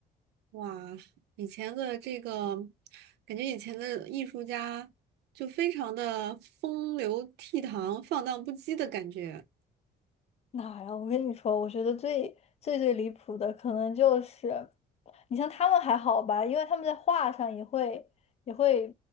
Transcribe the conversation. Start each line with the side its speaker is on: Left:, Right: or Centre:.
Right: 哇，以前的这个，感觉以前的艺术家就非常的风流倜傥、放荡不羁的感觉。
Left: 哪呀？我跟你说，我觉得最最最离谱的可能就是，你像他们还好吧，因为他们在画上也会也会